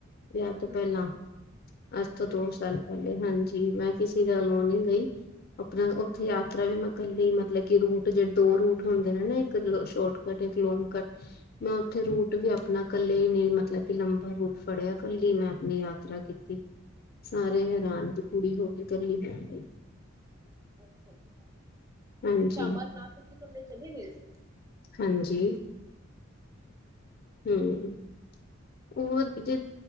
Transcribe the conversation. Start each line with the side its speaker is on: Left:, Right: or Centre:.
Left: ਵਿਯਾ
Right: ਹੂੰ
Left: ਤੋਂ ਪੈਲਾਂ।
Right: ਹੂੰ
Left: ਅੱਜ
Right: ਅੱਛਾ
Left: ਤੋਂ ਦੋ
Right: ਅੱਛਾ
Left: ਸਾਲ ਪੈਲੇ ਹਾਂਜੀ ਮੈਂ ਕਿਸੀ ਦਾ ਲੋੋਂ ਨੀ ਗਈ। ਅਪਣਾ ਓਥੇ ਯਾਤਰਾ ਵੀ ਮੈਂ ਕੱਲੇ ਈ ਮਤਲਬ ਕਿ ਰੂਟ ਜੇ ਦੋ ਰੂਟ ਹੁੰਦੇ ਐ ਨਾ ਇੱਕ ਲ ਸ਼ੋਰਟ ਕੱਟ, ਇੱਕ ਲੋਂਗ ਕੱਟ। ਮੈਂ ਓਥੇ ਰੂਟ ਵੀ ਅਪਣਾ ਕੱਲੇ ਈ ਨੀ ਮਤਲਬ ਕਿ ਲੰਬਾ ਰੂਟ ਫੜਿਆ ਕੱਲੀ ਮੈਂ ਅਪਣੀਂ ਯਾਤਰਾ ਕੀਤ ਤੀ, ਸਾਰੇ ਹੈਰਾਨ ਦੀ ਕੁੜੀ ਹੋ ਕੇ ਕਲੀ ਹੋ ਆਈ।
Right: ਅੱਛਾ-ਅੱਛਾ,
Left: ਹਾਂਜੀ
Right: ਅੱਛਾ ਅਮਰਨਾਥ ਤੁਸੀਂ ਕੱਲੇ ਚਲੇ ਗਏ ਸੀ।
Left: ਹਾਂਜੀ, ਹੂੰ। ਹੋਰ ਕਿ ਜਦ